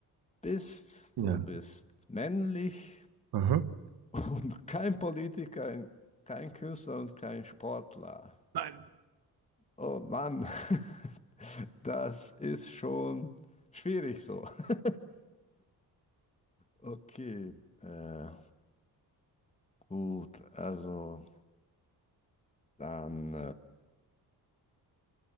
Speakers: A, on the left; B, on the right.
A: bist.
B: Ja.
A: Du bist männlich
B: Aha.
A: und <laughs> kein Politiker, kein Künstler und kein Sportler.
B: Nein.
A: Oh Mann. <laughs> Das ist schon schwierig so. <laughs> Okay, äh, gut, also dann